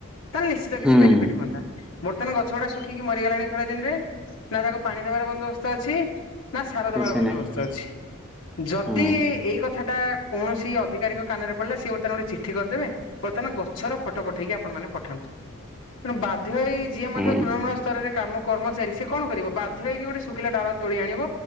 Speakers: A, on the left; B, in the centre.
A: ତାହେଲେ ନିଶ୍ଚିତ କିଛି
B: ହୁଁ
A: ବେନିଫିଟ ହୁଅନ୍ତା ବର୍ତ୍ତମାନ ଗଛ ଗୁଡ଼ାକ ଶୁଖିକି ମର ସୁଖୀ ଗଲାଣି ଖରା ଦିନରେ ନା ତାକୁ ପାଣି ଦେବାର ବନ୍ଦୋବସ୍ତ ଅଛି। ନା ସାର ଦେବାର
B: କିଛି
A: ବନ୍ଦୋବସ୍ତ
B: ନାହିଁ
A: ଅଛି ଯଦି
B: ହୁଁ
A: ଏଇ କଥା ଟା ସରକାର କୌଣସି ଅଧିକାରୀ କାନରେ ପଡ଼ିଲେ ସେ ଗୋଟେ ଚିଠିକରିଦେବେ ବର୍ତ୍ତମାନ ଗଛର ଫଟୋ ପଠେଇକି ଆପଣ ମାନେ ପଠାନ୍ତୁ ତେଣୁ ବାଧ୍ୟଇ ଯିଏ ମଧ୍ୟ
B: ହୁଁ
A: ତୃଣମୂଳ ସ୍ତରରେ କାମ କର୍ମଚାରୀ ସେ କଣିବ ବାଧ୍ୟ ହୋଇଇକି ଗୋଟେ ଶୁଖିଲା ଡାଳ ତୋଳି ଆଣିବ।